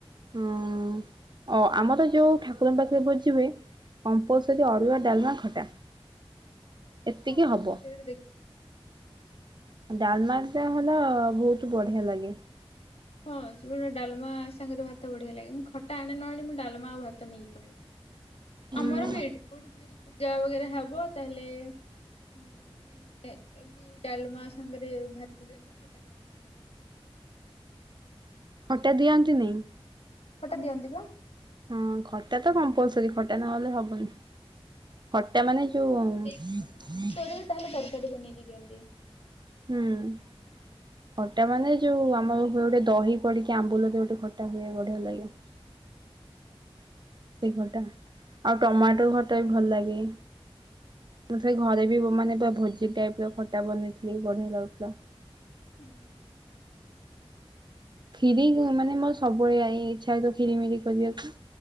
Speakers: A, on the right; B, on the left.
A: ହଁ ଓ ଆମର ଯୋଉ ଠାକୁରଙ୍କ ପାଖେରେ ଭୋଜିହୁଏ କମ୍ପଲସରି
B: ହୁଁ
A: ଅରୁୁଆ ଡ଼ାଲମା ଖଟା ଏତିକି
B: ହଁ
A: ହବ।
B: ସେଇଟା ଦେଖ
A: ଡ଼ାଲମାଟା ହେଲା ବୋହୁତ୍ ବଢ଼ିଆ ଲାଗେ।
B: ହଁ ସେଗୋଟେ ଡ଼ାଲମା ସାଙ୍ଗେରେ ଭାତ ବଢ଼ିଆ ଲାଗେ ମୁଁ ଖଟା ଆଣେ ନଆଣେ ମୁଁ ଡ଼ାଲମା ଆଉ ଭାତ ନେଇକି ପଳାଏ।
A: ଉଁ
B: ଆମର ବି ଏଇଠି କୋଉଠି ଯଦି ପୂଜା ବଗେରା ହବ ତାହେଲେ ହୁଁ ମାନେ ଏମତି ଡ଼ାଲମା ସାଙ୍ଗେରେ ଭାତ ଦିଅନ୍ତି ଖଟା ଦିଅନ୍ତି।
A: ଖଟା ଦିଅନ୍ତିନି?
B: ଖଟା ଦିଅନ୍ତିପା।
A: ହୁଁ ଖ। ଖଟାତ କମ୍ପଲସରୀ ଖଟା ନହେଲେ ହବନି ଖଟା ମାନେ
B: ଆଉ
A: ଯୋଉଁ।
B: ନହେଲେ ଯଦି ଏକ୍ସଟ୍ରା ସବଜି କିଛି କରିବେ ତାହେଲେ କରିପାରିବ ନେଇ କେମିତି।
A: ହୁଁ। ଖଟା ମାନେ ଯୋଉଁ ଆମର ହୁଏ ଗୋଟେ ଦହି ପଡିକି ଆମ୍ବୁଲ ଯୋଉଁ ଗୋଟେ ଖଟା ହୁଏ ବଢ଼ିଆ ଲାଗେ। ସେଇ ଖଟା ଆଉ ଟମାଟୋ ଖଟାବି ଭଲ ଲାଗେ। ମୁଁ ସେଇ ଘରେ ବି ମାନେ ପୁରା ଭୋଜି ଟାଇପ୍ ର ଖଟା ବନେଇଥିଲି ବଢ଼ିଆ ଲାଗୁଥିଲା।
B: ହୁଁ।
A: କ୍ଷୀରି ମାନେ ମୋର ସବୁବେଳେ ଇଚ୍ଛା ହେଇଥିବ କ୍ଷୀରି ମିରି କରିବାକୁ।